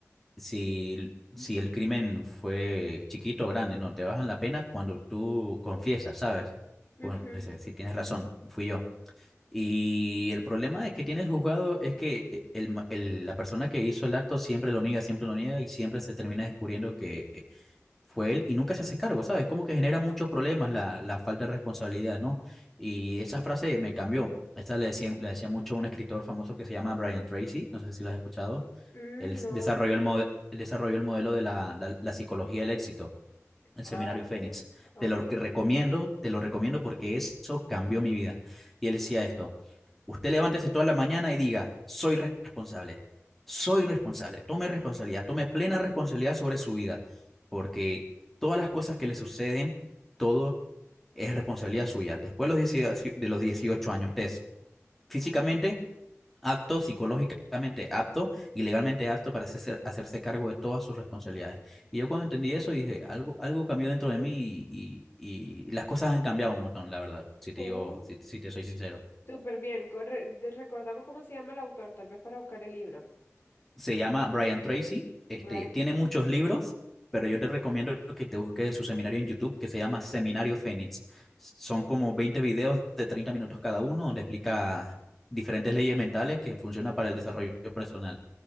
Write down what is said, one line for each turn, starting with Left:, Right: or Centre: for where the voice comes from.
Centre: si, si el crimen fue chiquito o grande, no, te bajan la pena cuando tú confiesas, ¿sabes?
Left: Ujú.
Centre: Bueno, dice, sí, tienes razón, fui yo. Y el problema de que tiene el juzgado es que el ma- el- la persona que hizo el acto siempre lo niega, siempre lo niega y siempre se termina descubriendo que fue él y nunca se hace cargo, ¿sabes? Como que genera muchos problemas la, la falta de responsabilidad, ¿no? Y esa frase me cambió. Esta le decía, le decía mucho a un escritor famoso que se llama Brian Tracy, no sé si lo has escuchado.
Left: Mm,
Centre: Él
Left: no,
Centre: desarrolló
Left: no.
Centre: el, mode- él desarrolló el modelo de la, la- la psicología del éxito, el
Left: Ah,
Centre: seminario Fénix.
Left: ok.
Centre: Te lo que recomiendo, te lo recomiendo porque eso cambió mi vida. Y él decía esto. Usted levántese toda la mañana y diga, soy responsable, soy responsable, tome responsabilidad, tome plena responsabilidad sobre su vida, porque todas las cosas que le suceden, todo es responsabilidad suya. Después de los 18 años, usted es físicamente apto, psicológicamente apto y legalmente apto para hacerse, hacerse, cargo de todas sus responsabilidades. Y yo cuando entendí eso dije, algo, algo cambió dentro de mí y, y, y las cosas han cambiado un montón, la verdad, si te
Left: Uh.
Centre: digo, si, si te soy sincero.
Left: Súper bien. corre- de- Recordame cómo se llama el autor, tal vez para buscar el libro.
Centre: Se llama Brian Tracy. Este,
Left: Brian
Centre: tiene
Left: Tree.
Centre: muchos libros, pero yo te recomiendo que te busques su seminario en YouTube que se llama Seminario Fénix. Son como 20 videos de 30 minutos cada uno donde explica diferentes leyes mentales que funcionan para el desarrollo personal.